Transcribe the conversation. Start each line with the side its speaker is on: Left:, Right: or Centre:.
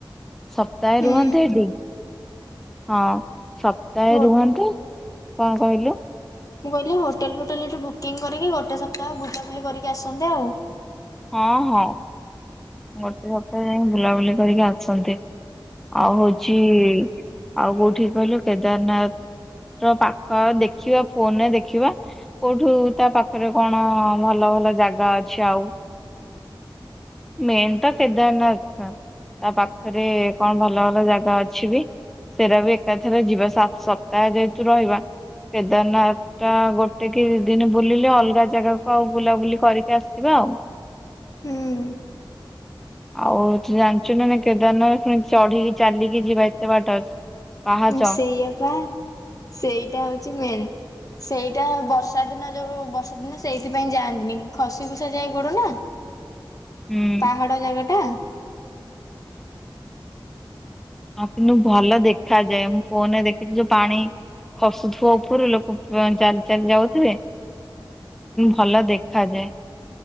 Centre: ସପ୍ତାହେ
Left: ହୁଁ
Centre: ରୁହନ୍ତେ ଏଠି ହଁ ସତ ସପ୍ତାହେ
Left: ହୋ
Centre: ରୁହନ୍ତେ। କଣ କହିଲୁ?
Left: ମୁଁ କହିଲି ହୋଟେଲ ଫୋଟେଲ୍ ଏଠି ବୁକିଂ କରିକି ଗୋଟେ ସପ୍ତାହ ବୁଲାବୁଲି କରିକି ଆସନ୍ତେ ଆଉ
Centre: ହଁ ହଁ ଗୋଟେ ସପ୍ତାହ ଯାଇ ବୁଲାବୁଲି କରିକି ଆସନ୍ତି, ଆଉ ହଉଛି ଆଉ କୋଉଠି କହିଲୁ କେଦାରନାଥ ର ପାଖ ଦେଖିବା ଫୋନରେ ଦେଖିବା କୋଉଠୁ ତା ପାଖରେ କଣ ଭଲ ଭଲ ଜାଗା ଅଛି ଆଉ। ମେନ୍ ତ କେଦାରନାଥ ଟା, ତା ପାଖରେ କଣ ଭଲ ଭଲ ଜାଗା ଅଛି ବି ସେଟା ବି ଏକାଥରେ ଯିବା ସାତ ସପ୍ତାହେ ଯେହେତୁ ରହିବା କେଦାରନାଥ ଟା ଗୋଟେ କି ଦିନ ବୁଲିଲେ ଅଲଗା ଜାଗାକୁ ଆଉ ବୁଲାବୁଲି କରିକି ଆସିବା ଆଉ।
Left: ହୁଁ
Centre: ଆଉ ତ ଜାଣିଛୁ ନା ନା କେଦାରନାଥୁଣି ଚଢିକି ଚାଲିକି ଯିବା ଏତେ ବାଟ ପାହାଚ
Left: ସେଇଆପା ସେଇଟା ହଉଛି ମେନ୍ ସେଇଟା ବର୍ଷା ଦିନ ଯୋଉ ବର୍ଷା ଦିନ ସେଇଥିପାଇଁ ଯାଆନ୍ତିନି ଖସି ଖୁସା ଯାଏ ପଡୁନା
Centre: ହୁଁ
Left: ପାହାଡ ଜାଗା ଟା
Centre: ହଁ କିନ୍ତୁ ଭଲ ଦେଖାଯାଏ ମୁଁ ଫୋନରେ ଦେଖିଛି ଯୋଉ ପାଣି ଖସୁଥଥିବା ଉପରୁ ଲୋକ ଚାଲି ଚାଲି ଯାଉଥିବେ ଭଲ ଦେଖାଯାଏ।